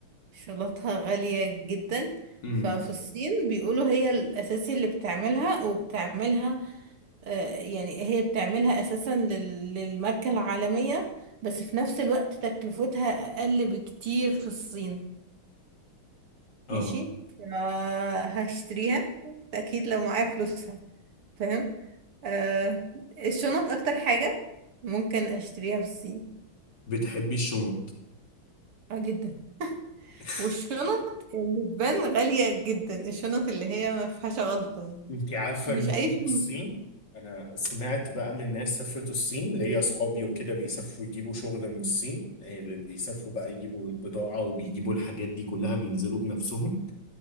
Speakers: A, on the right; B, on the left.
A: شنطها غالية جدا
B: امم
A: ففي الصين بيقولوا هي الأساسي اللي بتعملها وبتعملها آه، يعني هي بتعملها أساسا لل- للماركة العالمية بس في نفس الوقت تكلفتها أقل بكتير في الصين
B: آه
A: ماشي آه، هشتريها اكيد لو معايا فلوسها فاهم آه الشنط اكتر حاجة ممكن اشتريها في الصين
B: بتحبي الشنط
A: اه جدا
B: <laughs>
A: والشنط اللي تبان غالية جدا الشنط اللي هي ما فيهاش غلطة يعني.
B: انت عارفه
A: مش
B: ان في
A: اي شنط
B: في الصين انا سمعت بقى من ناس سافرت الصين ليا اصحابي وكده بيسافروا يجيبوا شغل من الصين إيه، بيسافروا بقى يجيبوا البضاعه وبيجيبوا الحاجات دي كلها بينزلوا بنفسهم